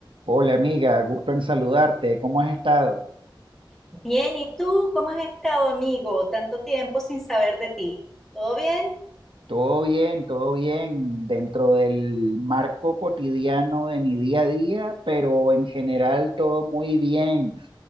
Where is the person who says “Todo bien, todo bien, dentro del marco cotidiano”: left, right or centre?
Right